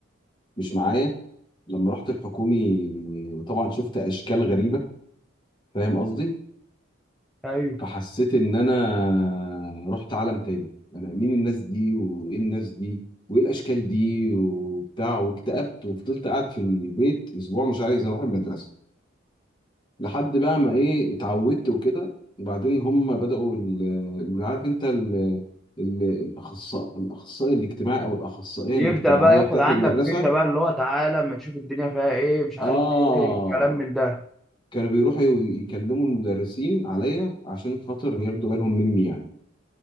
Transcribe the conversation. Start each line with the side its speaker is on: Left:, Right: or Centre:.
Left: مش معايا لما رحت الحكومي طبعا شفت اشكال غريبه فاهم قصدي
Centre: ايوه
Left: فحسيت ان انا رحت عالم تاني انا مين الناس دي وايه الناس دي وايه الاشكال دي وبتاع واكتئبت وفضلت قاعد في البيت اسبوع مش عايز اروح المدرسه لحد بقى ما ايه اتعودت وكده وبعدين هم بدأوا ال- اللي عارف انت ال- ال- الاخصائي الاخصائي الاجتماعي او الاخصائيه
Centre: يبدأ
Left: الاجتماعيه
Centre: بقى ياخد
Left: بتاعت
Centre: عنك
Left: المدرسه
Centre: فكرة بقى اللي هو تعالى اما نشوف الدنيا فيها ايه مش عارف
Left: اه
Centre: ايه كلام من ده
Left: كانوا بيروحوا ي- يكلموا المدرسين عليا عشان خاطر ياخدوا بالهم مني يعني